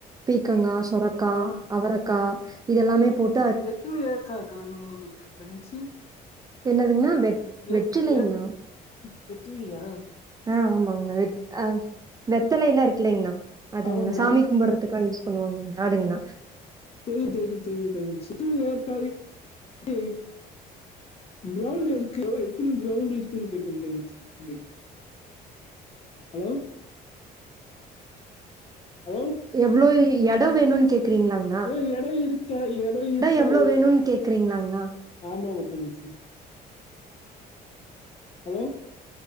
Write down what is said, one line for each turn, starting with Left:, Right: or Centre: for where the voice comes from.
Right: பீக்கங்கா சொர கா
Left: ஆ
Right: அவரக்கா இதெல்லாமே போட்
Left: எத்தன ஏர்காகிது உங்ளுக்கு தங்கச்சி
Right: என்னதுங்ணா வெ
Left: ஏத்
Right: வெற்றிலைங்ண்ணா
Left: ஏத் எத்துகினியா
Right: ஆ ஆமாங்கண்ணா வெ ஆ வெத்தலையில்ல இருக்குலிங்ண்ணா அதுங்ண்ணா
Left: ஆமாமா
Right: சாமி கும்பிடுறதுக்கு யூஸ் பண்ணுவாங்க அதுங்ண்ணா
Left: சேரி சேரி சேரி தங்கச்சி ஏற்காய் <unintelligible> கிரௌண்ட் எதுக்கு எத்தின கிரௌண்ட் இருக்குன்னு கேட்ட தங்கச்சி இது ஹலோ ஹலோ
Right: எவ்ளோ எடோ வேணுன்னு கேக்குறீங்ளாங்
Left: ஏ எடோ இருக்கா எடோ‌ இருக்கா
Right: எவ்ளோ
Left: எ
Right: வேணுன்னு கேக்குறீங்களாங்ண்ணா
Left: ஆமாவ தங்கச்சி ஹலோ